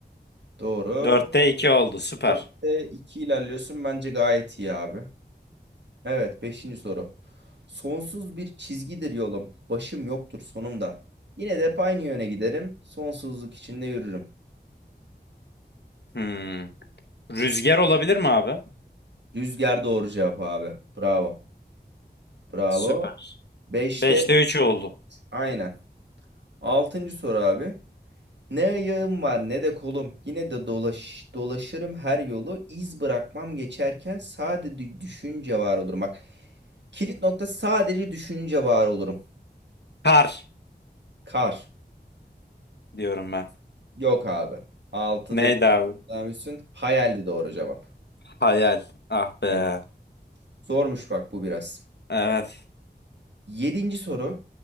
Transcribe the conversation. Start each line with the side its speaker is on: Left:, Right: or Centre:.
Right: Doğru.
Left: Dörtte 2 oldu. Süper.
Right: Dörtte iki ilerliyorsun. Bence gayet iyi abi. Evet. Beşinci soru. Sonsuz bir çizgidir yolum. Başım yoktur sonumda. Yine de hep aynı yöne giderim. Sonsuzluk içinde yürürüm.
Left: Hmm. Rüzgar olabilir mi abi?
Right: Rüzgar doğru cevap abi. Bravo. Bravo.
Left: Süper.
Right: Beşte
Left: Beşte 3 oldu.
Right: aynen. Altıncı soru abi. Ne ayağım var ne de kolum. Yine de dolaş, dolaşırım her yolu. İz bırakmam geçerken sadece düşünce var olurum. Bak kilit nokta sadece düşünce var olurum.
Left: Kar
Right: Kar.
Left: diyorum ben.
Right: Yok abi. Altıda
Left: Neydi abi?
Right: yüklenmişsin. Hayaldi doğru cevap.
Left: Hayal. Ah be.
Right: Yani zormuş bak bu biraz.
Left: Evet.
Right: Yedinci soru.